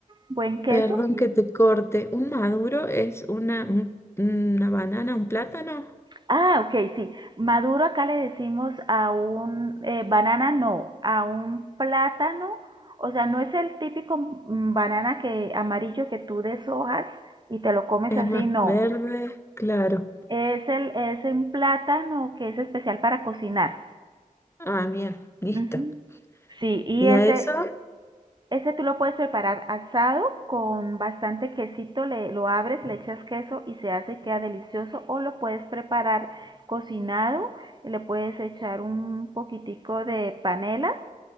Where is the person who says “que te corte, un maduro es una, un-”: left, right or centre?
Left